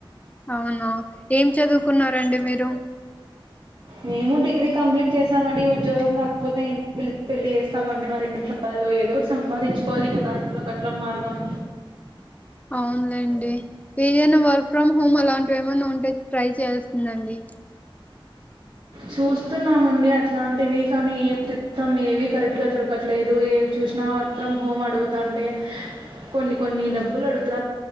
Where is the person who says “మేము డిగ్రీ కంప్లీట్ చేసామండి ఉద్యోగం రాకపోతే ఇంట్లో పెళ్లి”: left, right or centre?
Right